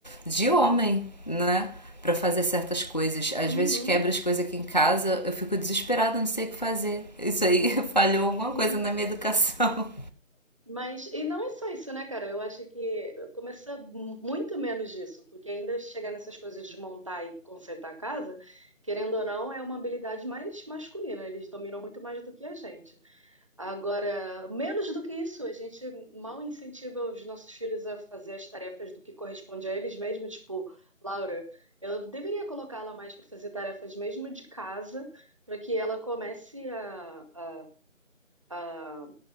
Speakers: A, on the left; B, on the right.
A: de homem, né? Pra fazer certas coisas.
B: uhum.
A: Às vezes quebra as coisas aqui em casa, eu fico desesperada, não sei o que fazer. Isso aí <laughs> falhou alguma
B: Assim,
A: coisa na minha educação.
B: mas, e não é só isso, né, cara? Eu acho que começa mu- muito menos disso, porque ainda chegar nessas coisas de montar e consertar a casa, querendo ou não, é uma habilidade mais masculina. Eles dominam muito mais do que a gente. Agora, menos do que isso, a gente mal incentiva os nossos filhos a fazer as tarefas do que corresponde a eles mesmos. Tipo, Laura, eu deveria colocá-la mais para fazer tarefas mesmo de casa, para que ela comece a, a- a